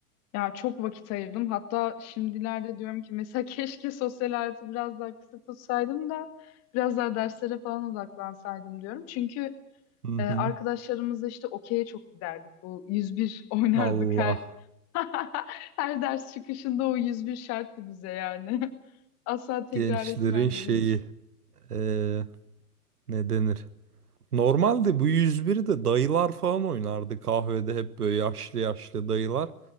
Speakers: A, on the left; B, on the right.
A: Ya çok vakit ayırdım. Hatta şimdilerde diyorum ki mesela <laughs> keşke sosyal hayatı biraz daha kısa tutsaydım da biraz daha derslere falan odaklansaydım diyorum. Çünkü
B: Hı
A: Ee, arkadaşlarımızla
B: hı.
A: işte okey'e çok giderdik. Bu 101 oynardık
B: Allah
A: her <laughs> her ders çıkışında o 101 şarttı bize yani. <laughs> Asla tekrar
B: gençlerin
A: etmezdik.
B: şeyi eee, ne denir? Normalde bu 101'i de dayılar falan oynardı kahvede hep böyle yaşlı yaşlı dayılar.